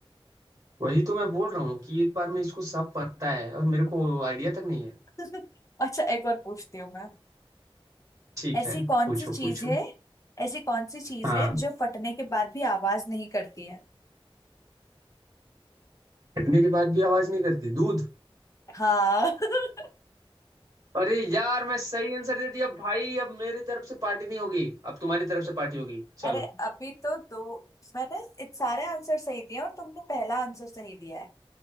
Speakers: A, on the right; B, on the left.
A: वही तो मैं बोल रहा हूँ कि एक बार मैं इसको सब पता है और मेरे को आइडिया तक नहीं है
B: <laughs> अच्छा एक और पूछती हूँ मैं
A: ठीक
B: ऐसी
A: है
B: कौन
A: पूछो
B: सी चीज
A: पूछो
B: है ऐसी कौन सी चीज
A: हाँ
B: है जो फटने के बाद भी आवाज नहीं करती है
A: फटने के बाद भी आवाज नहीं करती दूध
B: हाँ <laughs>
A: अरे यार मैं सही आंसर दे दिया भाई अब मेरी तरफ से पार्टी नहीं होगी अब तुम्हारी तरफ से पार्टी होगी चलो
B: अरे अभी तो दो मैंने इत सारे आंसर सही दिए और तुमने पहला आंसर सही दिया है